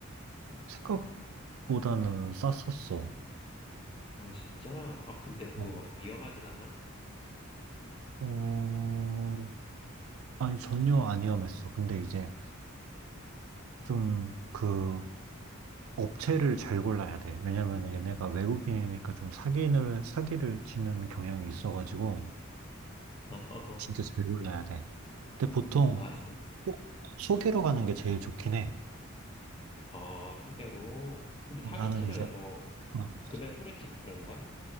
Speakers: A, on the right (about 85°); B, on the left (about 25°).
A: 생각보다는 쌌었어.
B: 아, 진짜? 아, 근데 그거
A: 어,
B: 막 위험하진 않아?
A: 어, 아니 전혀 안 위험했어. 근데 이제 좀 그 업체를 잘 골라야 돼. 왜냐면은 얘네가 외국인이니까 좀 사기를 사기를 치는 경향이 있어가지고
B: <laughs>
A: 진짜 잘 골라야 돼. 근데 보통
B: 아, 진짜.
A: 꼭 소개로 가는 게 제일 좋긴 해.
B: 아, 소개로. 근데
A: 어,
B: 사기
A: 나는
B: 치면은
A: 이제,
B: 뭐
A: 어,
B: 금액 후려치고 그러는 거야?